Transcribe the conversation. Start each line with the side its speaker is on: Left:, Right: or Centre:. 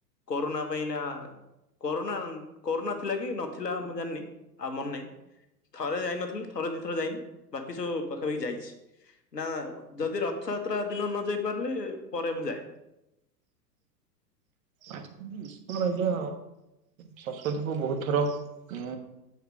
Left: କରୋନା ପାଇଁ ନା କରୋନା କରୋନା ଥିଲା କି ନଥିଲା ମୁଁ ଜାଣିନି ଆଉ ମନେ ନାହିଁ ଥରେ ଯାଇନଥିଲି ଥରେ ଦି ଥର ଯାଇନି ବାକି ସବୁ ପାଖାପାଖି ଯାଇଛି ନା ନା ଯଦି ରଥଯାତ୍ରା ଦିନ ନ ଯାଇ ପାରିଲି ପରେ ମୁଁ ଯାଏ।
Right: ଆଜ୍ଞା ସରସ୍ଵତୀ କୁ ବହୁତ ଥର ଉ